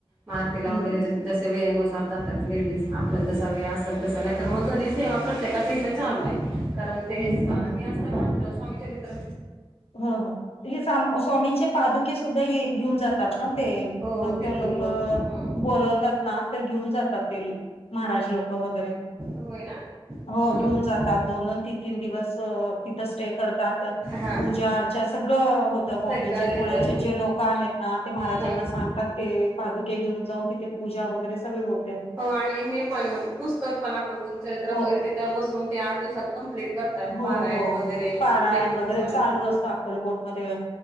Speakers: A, on the right; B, on the left.
A: मग आरतीला
B: हम्म
A: वगैरे जा जसे वेळेनुसार जातात लेडीज आपल्याला जसा वेळ असेल तसं. नाही तर मग घरीच सेवा प्रत्येकाचं इथे चालू आहे. कारण ते
B: हम्म
A: हे असतं ना आपलं स्वामीचरित्र.
B: ह ह हे साम स्वामींचे पादुके सुद्धा घेऊन जातात
A: हो
B: ना ते.
A: हो
B: भक्त
A: तिथून
B: लोक
A: ह
B: बोलवतात ना तर घेऊन जातात ते महाराज लोक वगैरे.
A: होय ना? हम्म
B: हो घेऊन जातात. दोन दोन तीन तीन दिवस तिथं स्टे करतात.
A: हा
B: पूजा अर्चा सगळं होतं बॉम्बेचे
A: सगळं तिथं
B: पुण्याचे
A: हो
B: जे लोक आहेत ना ते महाराजांना
A: ह
B: सांगतात ते पादुके घेऊन जाऊन तिथे पूजा वगैरे सगळे होत.
A: हो आणि हे पण पुस्तक पण आपण गुरुचरित्र
B: हो
A: वगैरे तिथं बसून ते आठ दिवसात कम्प्लीट करतात
B: हो
A: पारायण
B: हो
A: वगैरे
B: पारायण
A: ते पण
B: वगैरे
A: चालू हाय.
B: असतं अक्कलकोटमध्ये